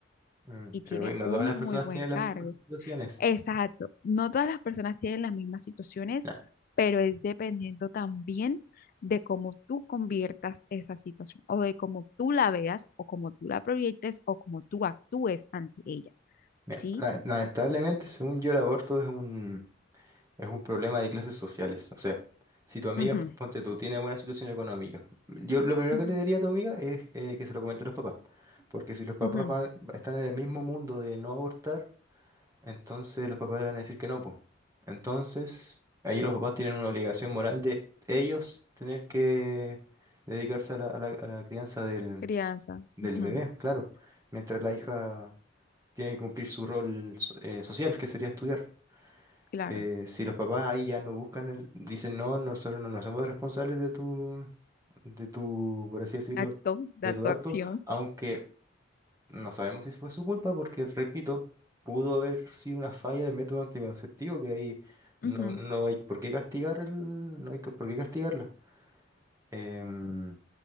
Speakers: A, on the right; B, on the left.
A: Mm,
B: y tiene
A: pero que no
B: un
A: todas las personas
B: muy buen
A: tienen
B: cargo.
A: las mismas situaciones.
B: Exacto, no todas las personas tienen las mismas situaciones,
A: La-
B: pero es dependiendo también de cómo tú conviertas esa situación o de cómo tú la veas o cómo tú la proyectes o cómo tú actúes ante ella.
A: mira,
B: ¿Sí?
A: la- lamentablemente, según yo, el aborto es un, Es un problema de clases sociales. O sea, si tu amiga,
B: Ujú,
A: ponte tú, tiene buena situación económica, yo lo primero
B: ujú,
A: que le diría a tu amiga es eh, que se lo comente a los papás. Porque si los papás
B: ujú.
A: van- están en el mismo mundo de no abortar, entonces los papás le van a decir que no, pues. Entonces, ahí los papás tienen una obligación moral de ellos tener que dedicarse a la, a la- a la crianza del,
B: Crianza,
A: del
B: ujú,
A: bebé, claro. Mientras la hija tiene que cumplir su rol so- eh, social, que sería estudiar.
B: claro.
A: Eh, si los papás ahí ya no buscan el, dicen no, nosotros no nos somos responsables de tu, de tu, por así decirlo,
B: Acto, da
A: de tu
B: tu
A: acto,
B: acción.
A: aunque no sabemos si fue su culpa, porque repito, pudo haber sido una falla de método anticonceptivo que ahí no,
B: ujú,
A: no hay por qué castigar el, no hay que- por qué castigarla. Em,